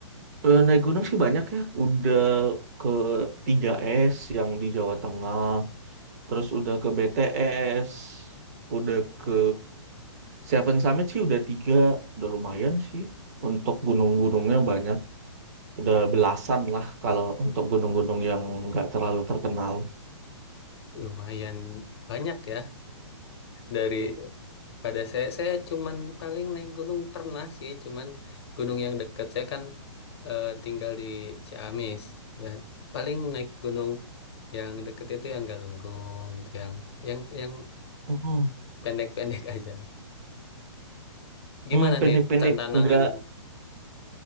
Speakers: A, on the right; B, on the left.
A: eh, naik gunung sih banyak ya. Udah ke Tiga s yang di Jawa Tengah. Terus udah ke B T S Udah ke Seven Summit sih udah tiga. Udah lumayan sih. Untuk gunung-gunungnya banyak. Udah belasan lah kalau untuk gunung-gunung yang nggak terlalu terkenal.
B: Lumayan banyak ya dari pada saya saya cuman paling naik gunung pernah sih cuman gunung yang dekat saya kan eh, tinggal di Ciamis ya paling naik gunung yang deket itu yang Galunggung gitu yang yang yang
A: Mm-mm.
B: pendek-pendek <laughs> aja gimana
A: Hmm, pendek-pendek
B: nih tantangan
A: enggak.